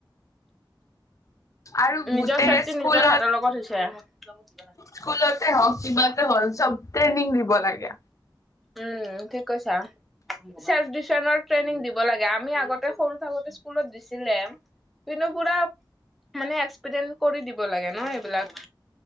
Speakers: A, on the left; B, in the centre.
A: আৰু গোটেই
B: নিজৰ চেফটি
A: স্কুলত
B: নিজৰ হাতৰ লগত হৈছে।
A: স্কুলতে হওক কিবাতে হল চব ট্ৰেইনিং দিব লাগে।
B: উম ঠিক কৈছা। চেল্ফ ডিফেন্সৰ ট্ৰেইনিং দিব লাগে আমি আগতে সৰু থাকোতে স্কুলত দিছিলে। কিন্তু পুৰা মানে এক্সপেৰিন কৰি দিব লাগে ন এইবিলাক